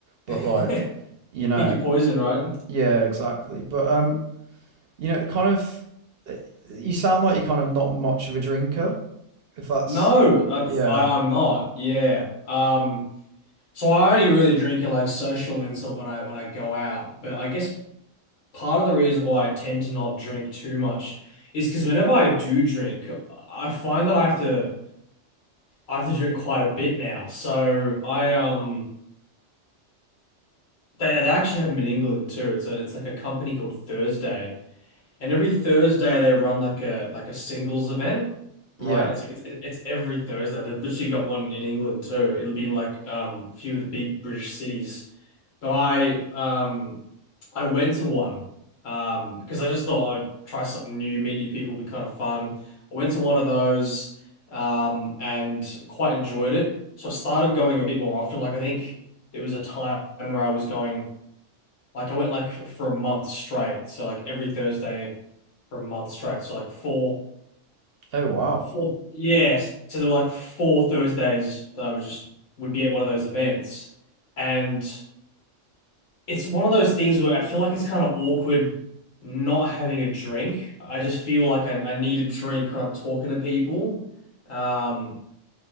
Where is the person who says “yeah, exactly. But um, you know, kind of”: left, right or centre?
Right